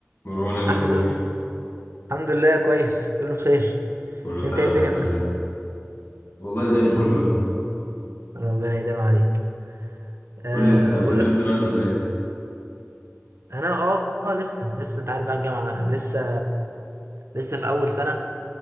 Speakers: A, on the left (about 55°); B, on the right (about 65°).
A: مروان إيه الأخبار
B: احمد الحمد لله كويس كله بخير
A: بقول له
B: انت
A: تمام
B: ايه الدنيا
A: الحمد
B: معاك
A: لله والله زي الفل
B: الحمد
A: أهو
B: لله، ربنا يديم عليك أه
A: قول لي أنت بتدرس
B: بقول لك
A: دلوقتي ولا إيه؟
B: انا اه آه، لسه لسه انت عارف بقى الجامعه بقى. لسه لسه في اول سنه